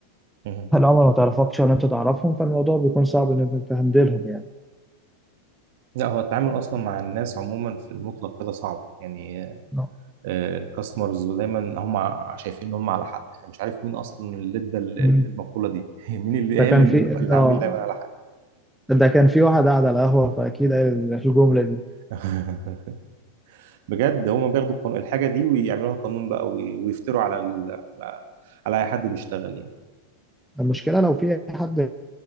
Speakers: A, on the right (about 50°); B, in the centre.
A: مهم.
B: هل عمر ما تعرفكش ولا انت تعرفهم فالموضوع بيكون صعب ان انت تهندلهم يعني
A: لا هو التعامل اصلا مع الناس عموما في المطلق كده صعب يعني
B: نعم.
A: الكاستمرز دايما هم شايفين ان هم على حق يعني مش عارف مين اصلا اللي ادى ال-
B: مم.
A: المقولة دي <laughs> مين اللي
B: ده كان
A: قال ان
B: في
A: العميل
B: اه
A: دايما على حق
B: ده كان في واحد قاعد على القهوة فأكيد قال الجملة دي
A: <laughs> بجد هم بياخدوا القانون- الحاجة دي ويعملوها قانون بقى وي- ويفتروا على ال... على اي حد بيشتغل يعني
B: المشكلة لو في حد